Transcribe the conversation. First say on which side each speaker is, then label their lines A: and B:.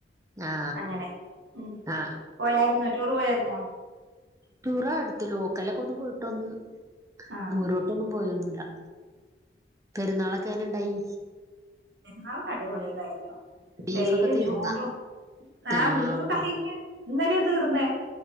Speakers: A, on the right; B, on the right.
A: ആ
B: അങ്ങനെ ഉ
A: ആ
B: പോയായിുന്നോ ടൂർ പോയായിരുന്നോ
A: ടൂറ അടുത്ത് ലോക്കലൊക്കെ ഒന്ന് പോയിട്ടൊന്ന്
B: ആഹ്
A: നൂരോട്ടൊന്നും പോയിോന്നു പെരുന്നാളൊക്കെ അനെ ഇണ്ടായി
B: എന്നരുന്നാള് അടിപൊളി കഴിഞ്ഞു
A: ബീഫൊക്കെ
B: വെയിലും
A: തീർന്നാ
B: ചൂടും ആ
A: ആഹ്
B: ബീഫ് കൈിഞ്ഞ ഇന്നലെയ തീർന്നേ